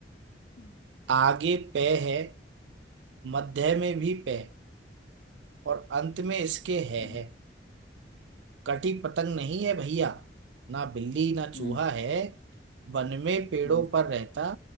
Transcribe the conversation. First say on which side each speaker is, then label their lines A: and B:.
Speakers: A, on the left; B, on the right.
A: हम्म
B: आगे पे है मध्य में भी पे और अंत में इसके है
A: हम्म
B: है कटी पतंग नहीं है भैया ना बिल्ली ना चूहा
A: हम्म
B: है वन में पेड़ों
A: हम्म,
B: पर रहता